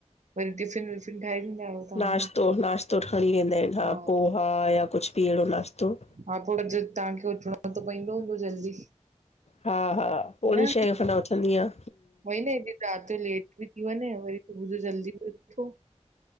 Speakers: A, on the right; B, on the left.
A: वरी टिफ़िन विफ़िन ठाहे ॾींदा आहियो तव्हां
B: नाश्तो,
A: हुननि
B: नाश्तो खणी वेंदा आहिनि
A: खे
B: हा पोहा या कुछ बि एड़ो नास्तो।
A: हा पो रॼु तहांखे उथणो त पईंदो हूंदो जल्दी?
B: हा, हा पोणी
A: न
B: छहें खन उथंदी आं।
A: वई न हेॾी रात जो लेट बि थी वञे वरी सुबुह जो जल्दी बी उथो।